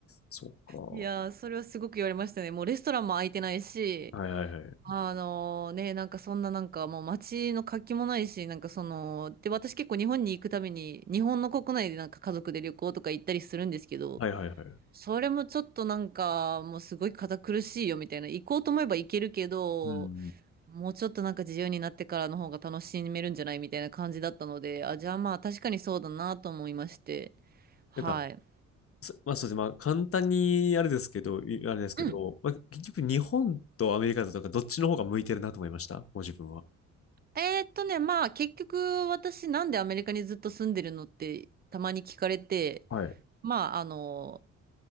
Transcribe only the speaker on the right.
いやー、それはすごく言われましたね。もうレストランも空いてないし、
あのね、なんかそんななんかもう街の活気もないし、なんかその、で、私結構日本に行くために、日本の国内でなんか家族で旅行とか行ったりするんですけど、
それもちょっとなんかもうすごい堅苦しいよみたいな、行こうと思えば行けるけど、
もうちょっとなんか自由になってからの方が楽しめるんじゃないみたいな感じだったので、あ、じゃあまあ確かにそうだなと思いまして、はい。
うん。
えーっとね、まあ結局私なんでアメリカにずっと住んでるのってたまに聞かれて、
まあ、あの、